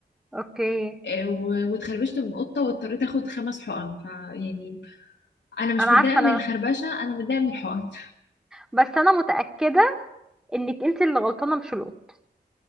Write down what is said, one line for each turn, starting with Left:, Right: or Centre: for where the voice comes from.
Centre: اوكي
Left: آه، و- واتخربشت من قطه واضطريت اخد خمس حقن فيعني انا مش
Centre: انا
Left: متضايقه
Centre: عارفه انا
Left: من الخربشه انا متضايقه من الحقن <laughs>
Centre: بس انا متاكده انك انت اللي غلطانه مش القط